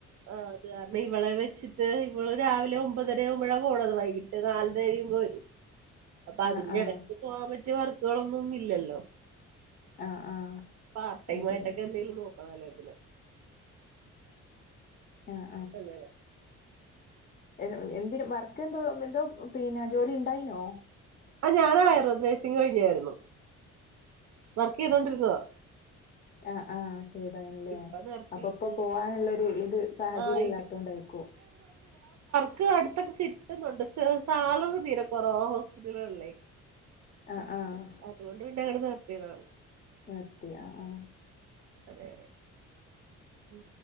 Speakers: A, on the right; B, on the left.
A: ആഹ് കാരണം ഇവളെ വെച്ചിട്ട് ഇവള് രാവിലെ ഒമ്പതര ആകുമ്പഴാ പോണത് വൈകിട്ട് നാലരഴിയുമ്പോ വെരും അപ്പൊ അതിന്റെ
B: ആ ആ
A: ഇടക്ക് പോകാൻ പറ്റിയ വർക്കുകളൊന്നും ഇല്ലല്ലോ
B: ആഹ് ആഹ്
A: പാർട്ട്ടൈ
B: അത് ശരിയാ
A: ആയിട്ടൊക്കെ എന്തെങ്കിലും നോക്കണം അല്ലെങ്കി പിന്നെ
B: ആഹ്
A: അതെല്ലെ
B: എ എന്തിന വർക്ക് എന്തോ എന്തോ പിന്നെ ജോലി ഇ ണ്ടായിനോ
A: ആഹ് ഞാനായിരു <unintelligible> കഴിഞ്ഞായിർന്നു വർക്ക് ചെയ്തോണ്ടിരുന്നതാ
B: ആഹ് ആഹ് ചെയ്തായിരുന്നുല്ലേ
A: ഇപ്പൊ നിർത്തി
B: അപ്പോ ഇപ്പോ
A: ഇത്
B: പോവാനുള്ള ഒരു ഇത് സാഹചര്യം
A: ആഹ്
B: ഇല്ലാത്തോണ്ടായിക്കും
A: ക്ക് അട്ത്തൊക്കെ കിട്ടുന്നുണ്ട് സ് സാലറി തീരെ കൊറോ ഹോസ്പിറ്റലുകള്ല്ലേ
B: ആഹ് ആഹ്
A: അതുകൊണ്ട് പിന്നെ അങ്ങനെ നിർ ത്തിയതാ
B: മത്തിയാ ആഹ്
A: അതെ അതെ ഉം